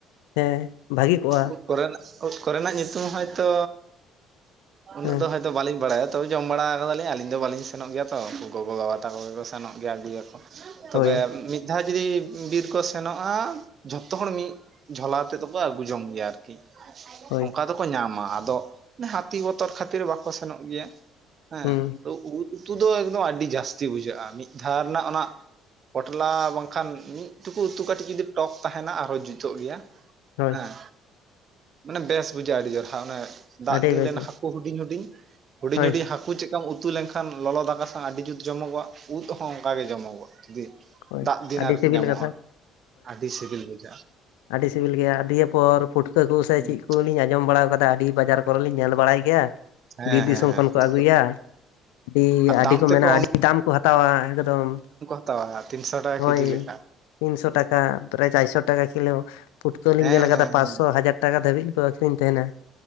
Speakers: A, on the left; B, on the right.
A: ᱦᱮᱸ ᱵᱷᱟᱹᱜᱤ ᱠᱚᱜ-ᱟ᱾
B: ᱩᱫ ᱠᱚᱨᱮᱱᱟᱜ ᱩᱫ ᱠᱚᱨᱮᱱᱟᱜ ᱧᱩᱛᱩᱢ ᱦᱚᱭ ᱛᱚ ᱩᱱᱟᱹᱜ
A: ᱦᱮᱸ
B: ᱫᱚ ᱟᱹᱣᱨᱤ ᱠᱚ ᱛᱚ ᱵᱟᱹᱞᱤᱧ ᱵᱟᱲᱟᱭᱟ, ᱛᱚᱵᱮ ᱡᱚᱢ ᱵᱟᱲᱟ ᱟᱠᱟᱫᱟᱞᱤᱧ ᱟᱹᱞᱤᱧ ᱫᱚ ᱵᱟᱹᱞᱤᱧ ᱥᱮᱱᱚᱜ ᱜᱮᱭᱟ ᱛᱚ᱾ ᱜᱚᱜᱚ ᱵᱟᱵᱟ ᱛᱟᱠᱚ ᱜᱮᱠᱚ ᱥᱮᱱᱚᱜ ᱜᱮᱭᱟ ᱟᱹᱜᱩᱭᱟᱠᱚ᱾ ᱛᱚᱵᱮ
A: ᱦᱳᱭ
B: ᱢᱤᱫ ᱫᱷᱟᱣ ᱡᱩᱫᱤ ᱵᱤᱨ ᱠᱚᱥ ᱥᱮᱱᱚᱜ-ᱟ, ᱡᱷᱚᱛᱚ ᱦᱚᱲ ᱢᱤᱫ ᱡᱷᱚᱞᱟ ᱛᱮᱫ ᱫᱚᱠᱚ ᱟᱹᱜᱩ ᱡᱚᱝ ᱜᱮᱭᱟ ᱟᱹᱨᱠᱤ᱾
A: ᱦᱳᱭ
B: ᱚᱱᱠᱟ ᱫᱚ ᱠᱚ ᱧᱟᱢᱟ ᱟᱫᱚ ᱦᱟᱹᱛᱤ ᱵᱚᱛᱚᱨ ᱠᱷᱟᱹᱛᱤᱨ ᱵᱟᱠᱚ ᱥᱮᱱᱚᱜ ᱜᱮᱭᱟ᱾ ᱦᱮᱸ,
A: ᱦᱩᱸ
B: ᱛᱚ ᱩᱫ ᱩᱛᱩ ᱫᱚ ᱮᱠᱫᱚᱢ ᱟᱹᱰᱤ ᱡᱟᱹᱥᱛᱤ ᱵᱩᱡᱷᱟᱹᱜ-ᱟ᱾ ᱢᱤᱫ ᱫᱷᱟᱣ ᱨᱮᱱᱟᱜ ᱚᱱᱟ ᱯᱚᱴᱚᱞᱟ ᱵᱟᱝᱠᱷᱟᱱ ᱢᱤᱫ ᱴᱩ ᱠᱩ ᱩᱛᱩ ᱠᱟᱹᱴᱤᱡ ᱡᱩᱫᱤ ᱴᱚᱠ ᱛᱟᱦᱮᱸᱱᱟ ᱟᱨᱦᱚᱸ ᱡᱩᱛᱚᱜ ᱜᱮᱭᱟ᱾
A: ᱦᱳᱭ
B: ᱦᱮᱸ᱾ ᱢᱟᱱᱮ ᱵᱮᱥ ᱵᱩᱡᱷᱟᱹᱜ-ᱟ ᱟᱹᱰᱤ ᱡᱳᱨ ᱦᱟᱸᱜ ᱚᱱᱮ ᱫᱟᱜ
A: ᱟᱹᱰᱤ
B: ᱫᱤᱱ
A: ᱵᱮᱥ
B: ᱨᱮᱱ ᱦᱟᱹᱠᱩ ᱦᱩᱰᱤᱧ ᱦᱩᱰᱤᱧ ᱦᱩᱰᱤᱧ
A: ᱦᱳᱭ
B: ᱦᱩᱰᱤᱧ ᱦᱟᱠᱩ ᱪᱮᱫᱠᱟᱢ ᱩᱛ ᱩᱛᱩ ᱞᱮᱱ ᱠᱷᱟᱱ ᱞᱚᱞᱚ ᱫᱟᱠᱟ ᱥᱟᱶ ᱟᱹᱰᱤ ᱡᱩᱛ ᱡᱚᱢᱚᱜᱚᱜ-ᱟ᱾ ᱩᱫ ᱦᱚᱸ ᱚᱱᱠᱟ ᱜᱮ ᱡᱚᱢᱚᱜᱚᱜ-ᱟ᱾ ᱡᱩᱫᱤ
A: ᱦᱳᱭ
B: ᱫᱟᱜ ᱫᱤᱱ
A: ᱟᱹᱰᱤ
B: ᱟᱹᱨᱠᱤ
A: ᱥᱤᱵᱤᱞ
B: ᱧᱟᱢᱚᱜ-ᱟ᱾
A: ᱠᱟᱛᱷᱟ
B: ᱟᱹᱰᱤ ᱥᱤᱵᱤᱞ ᱵᱩᱡᱷᱟᱹᱜ-ᱟ᱾
A: ᱟᱹᱰᱤ ᱥᱤᱵᱤᱞ ᱜᱮᱭᱟ ᱫᱤᱭᱮ ᱯᱚᱨ ᱯᱩᱴᱠᱟᱹ ᱠᱚ ᱥᱮ
B: ᱦᱩᱸ
A: ᱪᱮᱫ ᱠᱚᱞᱤᱧ ᱟᱸᱡᱚᱢ ᱵᱟᱲᱟ ᱟᱠᱟᱫᱟ ᱟᱹᱰᱤ ᱵᱟᱡᱟᱨ ᱠᱚᱨᱮ ᱞᱤᱧ ᱧᱮᱞ ᱵᱟᱲᱟᱭ ᱜᱮᱭᱟ᱾
B: ᱦᱮᱸ
A: ᱵᱤᱨ ᱫᱤᱥᱚᱢ
B: ᱦᱮᱸ ᱦᱮᱸ
A: ᱠᱷᱚᱱ
B: ᱯᱩᱴᱠᱟᱹ
A: ᱠᱚ ᱟᱹᱜᱩᱭᱟ᱾ ᱟᱹᱰᱤ
B: ᱟᱨ
A: ᱟᱹᱰᱤ
B: ᱫᱟᱢ
A: ᱠᱚ
B: ᱛᱮᱠᱚ
A: ᱢᱮᱱᱟ ᱟᱹᱰᱤ ᱫᱟᱢ ᱠᱚ ᱦᱟᱛᱟᱣᱟ ᱮᱠᱫᱚᱢ᱾
B: ᱛᱟᱣᱟ ᱛᱤᱱᱥᱚ ᱴᱟᱠᱟ
A: ᱦᱳᱭ
B: ᱠᱮᱡᱤ ᱞᱮᱠᱟ᱾
A: ᱛᱤᱱᱥᱚ ᱴᱟᱠᱟ ᱯᱨᱟᱭ ᱪᱟᱨᱥᱚ ᱴᱟᱠᱟ ᱠᱤᱞᱳ᱾ ᱯᱩᱴᱠᱟᱹ ᱞᱤᱧ
B: ᱦᱮᱸ
A: ᱧᱮᱞ ᱟᱠᱟᱫᱟ
B: ᱦᱮᱸ
A: ᱯᱟᱸᱪᱥᱚ
B: ᱦᱮᱸ
A: ᱦᱟᱡᱟᱨ ᱴᱟᱠᱟ ᱫᱷᱟᱹᱵᱤᱡ ᱠᱚ ᱟᱹᱠᱷᱨᱤᱧ ᱛᱟᱦᱮᱸᱱᱟ᱾